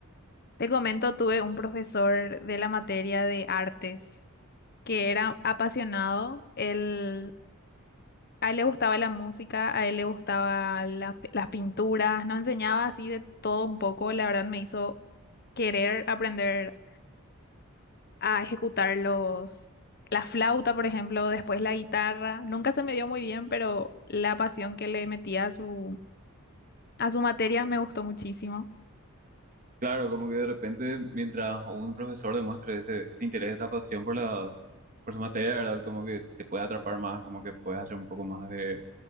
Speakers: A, on the left; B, on the right.
A: Te comento, tuve un profesor de la materia de artes que era apasionado. Él, a él le gustaba la música, a él le gustaba la- las pinturas, nos enseñaba así de todo un poco. La verdad me hizo querer aprender a ejecutar los, la flauta, por ejemplo, después la guitarra. Nunca se me dio muy bien, pero la pasión que le metía a su, a su materia me gustó muchísimo.
B: Claro, como que de repente mientras un profesor demuestre ese, ese interés, esa pasión por las, por su materia, ¿verdad? Como que te puede atrapar más, como que puedes hacer un poco más de